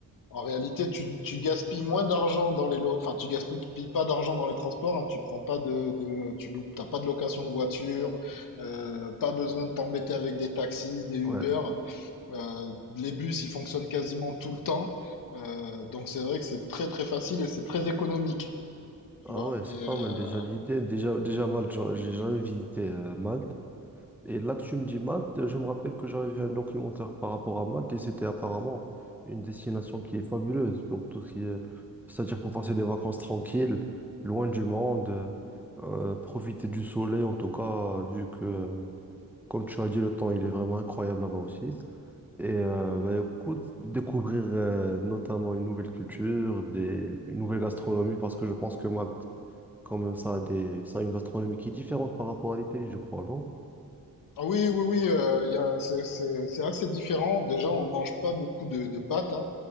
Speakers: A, on the left; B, in the centre.
A: en réalité, tu, tu gaspilles moins d'argent dans les lots. Enfin, tu gaspilles pas d'argent dans les transports. hein, tu prends pas de, de, tu loupes, t'as pas de location de voiture, euh, pas besoin de t'embêter avec des taxis, des Uber.
B: Ouais.
A: Euh, les bus, ils fonctionnent quasiment tout le temps. Euh, donc c'est vrai que c'est très très facile et c'est très économique, tu
B: Ah
A: vois.
B: ouais, c'est
A: Et,
B: pas
A: euh,
B: mal déjà l'idée. Déjà, déjà Malte, j'a- j'ai jamais visité euh, Malte. Et là que tu me dis Malte, je me rappelle que j'avais vu un documentaire par rapport à Malte et c'était apparemment une destination qui est fabuleuse pour tout ce qui est... C'est-à-dire pour passer des vacances tranquilles, loin du monde, euh, euh, profiter du soleil en tout cas, vu que, comme tu as dit, le temps il est vraiment incroyable là-bas aussi. Et euh, bah, écoute, découvrir euh, notamment une nouvelle culture, des, une nouvelle gastronomie, parce que je pense que Malte, quand même, ça a des, ça a une gastronomie qui est différente par rapport à l'Italie, je crois, non?
A: Ah oui, oui, oui, euh, il y a, c'est, c'est, c'est assez différent. Déjà, on mange pas beaucoup de, de pâtes, hein.